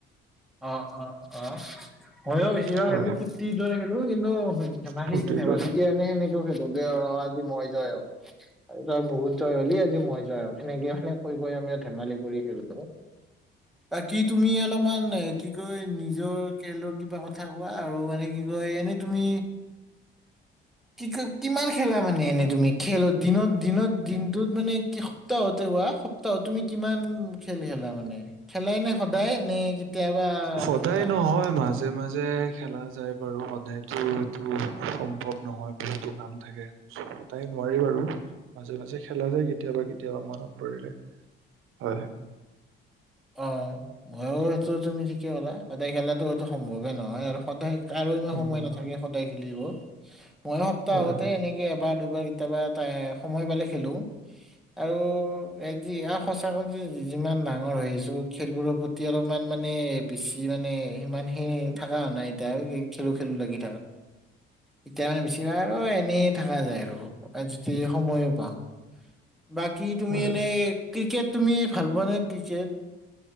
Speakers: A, in the centre; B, on the right.
A: অ অ অ হয় হয়য়ো বেছি বাা
B: হয়
A: এইবোৰ পুুৰ্তি দৰে ইন হ ধেমালিে
B: ফূৰ্তিৰ
A: ধেমাজিে
B: দৰে
A: এনে সেনেকও খেলোগে আৰু আজি মই যায় আৰু তই বহুত জয় হ'লি আজি মই জয় হম সেনেকে মানে কৈ কৈ আমি ধেমি কৰি খেলো তাক কি তুমি অলপমান কি কয় নিজৰ খেলৰ কিবা কথা কোৱা আৰু মানে কি কয় এনে তুমি কি ক কিমান খেলা মানে এনে তুমি খেলত দিনত দিনত দিনটোত মানে কি সপ্তাহতে কোৱা সপ্তাহত তুমি কিমান খেল খেলা মানে খেলাই নে সদায় নে কেতিয়াবা
B: সদায়
A: খেলা
B: নহয় মাজে মাজে খেলা যায় বাৰু সদায় টো এইটো সম্ভৱ নহয় বহুতো কাম থাকে, চ সদায় নোৱাৰি বাৰু, মাজে মাজে খেলা যায় কেতিয়াবা কেতিয়াবা মনত পৰিলে। হয়
A: অ মইটো সেইটো তুমি ঠিকে ক'লা সদায় খেলাটো এইটো সম্ভৱে নহয় আৰু সদায় কাৰো ইমান
B: সম্ভৱ
A: সময় নাথাকে
B: নহয়
A: সদায় খেলিব মই সপ্তাহতে
B: হয় হয়
A: এনেকে এবাৰ দুবাৰ কেতিয়াবা তা সময় পালে খেলো। আৰু এ যি আও সঁচাকৈ যি যিমান ডাঙৰ হৈ খেলবোৰৰ প্ৰতি অলপমান মানে বেছি মানে সিমান সেই থকা নাই এতিয়া আৰু কি খেলো খেলো লাগি এতিয়া মানে বেছিভাগ আৰু এনেই থকা যায় আৰু যতি সময়ো পাওঁ বাকী তুমি
B: হয়
A: এনে ক্ৰিকেট তুমি ভাল পোৱা নে ক্ৰিকেট